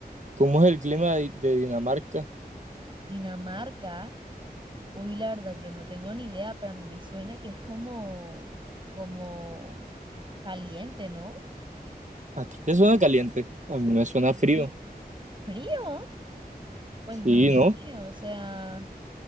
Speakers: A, on the right; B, on the right.
A: ¿cómo es el clima de, de Dinamarca?
B: Dinamarca, uy, la verdad, yo no tengo ni idea, pero a mí me suena que es como, como caliente, ¿no?
A: ¿A ti te suena caliente? A mí me suena frío.
B: Y frío, pues
A: Sí,
B: no sé,
A: ¿no?
B: o sea,